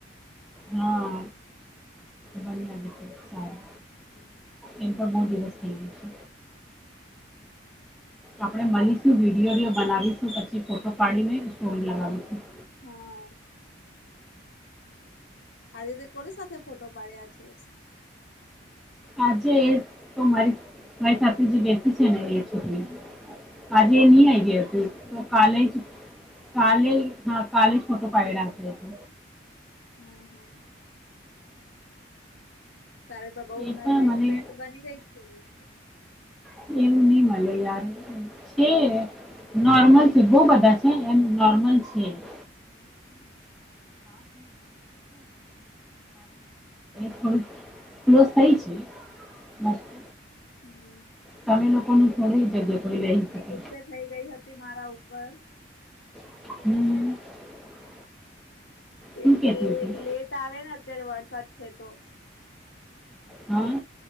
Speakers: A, in the centre; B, on the left.
A: હા, બન્ને આવશે તો સારુ.
B: હું <inaudible>
A: એમ પણ બો દિવસ થઇ ગ્યા છે. આપડે મલીશું વિડીયો રીયો બનાવીશું, પછી ફોટો પાડીને સ્ટોરી લગાવીશું.
B: હા. આજે તે કોની સાથે ફોટો પાડ્યા છે.
A: આજે એ તો મારી- મારી સાથે જે બેસી છે ને એ છોકરી. આજે
B: હમ
A: એ ની આયવિ હતી, તો કાલે જ કાલે હા કાલેજ ફોટો પાડી ને આપી દેતે.
B: હાં હાં. તારી તો બઉ
A: એ
B: નવી
A: પણ
B: -નવી
A: મને
B: ફ્રેન્ડ બની ગઈ છે.
A: ચીઝ ની એવું ની મલે યાર. છે નોર્મલ છે બો બધા છે એમ નોર્મલ છે. <inaudible> <unintelligible> <inaudible> <unintelligible>
B: <unintelligible>
A: તમે લોકોનું થોડી જગ્યા કોઈ લઈ શકે
B: ગુસ્સે થઈ ગઈ હતી મારા ઉપર.
A: <inaudible>
B: કેમ
A: શું કેતી
B: કે
A: હતી
B: લેટ આવે ને અત્યારે વરસાદ છે તો.
A: હા.